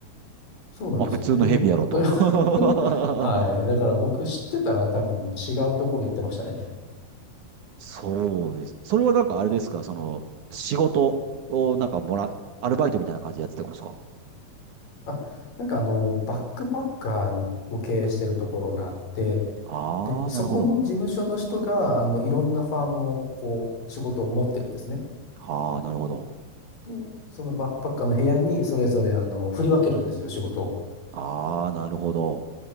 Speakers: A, on the left; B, on the right.
A: そうなんですよね。
B: あ、普通のヘビやろと。
A: それは
B: <laughs>
A: <laughs> はい。だから僕知ってたら多分違うところ行ってましたね。
B: そうです。それはなんかあれですかその、仕事をなんかもら、アルバイトみたいな感じでやってたんですか
A: あ、なんかあの、バックパッカーを経営してるところがあって、
B: ああー、
A: で、そこの事務所の人が、
B: なるほど。
A: あの、いろんなファームを、こう、仕事を持ってるんですね。
B: ああ、なるほど。
A: で、そのバックパッカーの部屋にそれぞれ、あの、振り分けるんですよ、仕事を。
B: ああ、なるほど。